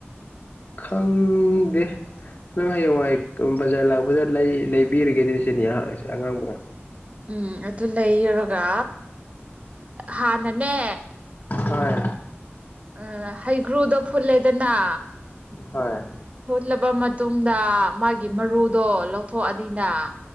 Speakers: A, on the left; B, on the right.
A: ꯈꯪꯗꯦ ꯅꯪ ꯍꯌꯦꯡꯋꯥꯏ ꯕꯖꯥꯔ ꯂꯥꯛꯄꯗ ꯂꯩꯕꯤꯔꯒꯦ ꯑꯗꯨ ꯁꯤꯅꯤ ꯑꯩꯍꯥꯛ ꯑꯉꯥꯡꯕꯗ
B: ꯎꯝ ꯑꯗꯨ ꯂꯩꯔꯒ ꯍꯥꯟꯅꯅꯦ
A: ꯍꯣꯏ
B: ꯎ ꯍꯩꯒ꯭ꯔꯨꯗꯣ ꯐꯨꯜꯂꯦꯗꯅ
A: ꯍꯣꯏ
B: ꯐꯨꯠꯂꯕ ꯃꯇꯨꯡꯗ ꯃꯥꯒꯤ ꯃꯔꯨꯗꯣ ꯂꯧꯊꯣꯛꯑꯅꯤꯅ